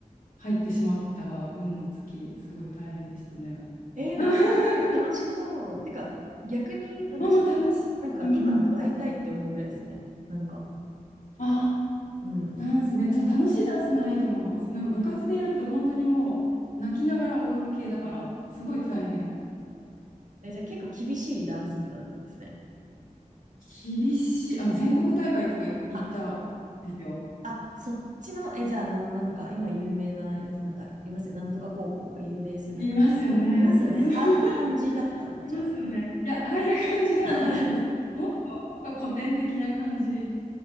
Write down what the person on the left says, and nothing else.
入ってしまったが、運の尽き、すごい大変でしたね。
<laughs>
ママ楽しい。
うんうん。
あ
ダンスね、そう、楽しいダンスならいいと思います。なんか部活でやると本当にもう泣きながら踊る系だから、すごい大変。
厳しい。あの、全国大会とかい行ったんですよ。
いますよね。
そうそうそう。
<laughs> いますよね。
いや、ああいう感じではないです。
もっと、もっと古典的な感じ